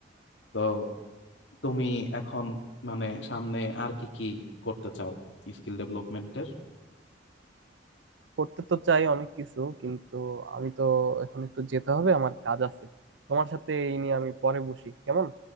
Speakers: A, on the left; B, on the right.
A: তো তুমি এখন মানে সামনে আর কি কি করতে চাও স্কিল ডেভেলপমেন্টের
B: করতে তো চাই অনেক কিছু কিন্তু আমি তো এখন একটু যেতে হবে আমার কাজ আছে তোমার সাথে এই নিয়ে আমি পরে বসি কেমন